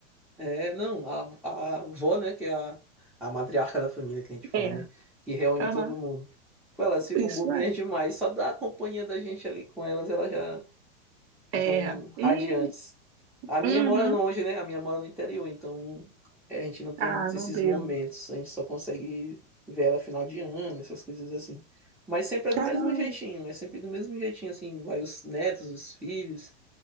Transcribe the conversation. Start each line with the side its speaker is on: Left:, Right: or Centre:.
Centre: É, não, a, a avó, né, que é a, a matriarca da família que a gente fala,
Right: É,
Centre: né? Que reúne
Right: aham,
Centre: todo mundo. Pô, elas ficam
Right: isso
Centre: bobinhas
Right: é.
Centre: demais, só da companhia da gente ali com elas, ela já. Ficam
Right: É.
Centre: radiantes.
Right: Ih,
Centre: A minha
Right: uhum.
Centre: mora longe, né? A minha mora no interior, então é, a gente não tem
Right: Ah,
Centre: muitos
Right: não
Centre: esses
Right: deu.
Centre: momentos. A gente só consegue ver ela final de ano, essas coisas assim. Mas sempre é do
Right: Caramba.
Centre: mesmo jeitinho, é sempre do mesmo jeitinho, assim. Vai os netos, os filhos,